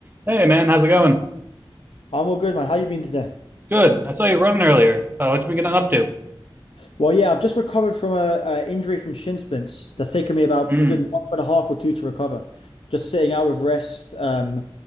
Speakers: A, on the right; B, on the left.
A: Hey man, how's it going?
B: I'm all good, man. How you been today?
A: Good. I saw you running earlier. Uh, what you been getting up to?
B: Well, yeah, I've just recovered from a, a injury from shin splints. That's taken me about
A: Mm.
B: a good month and a half or two to recover. Just sitting out with rest, um,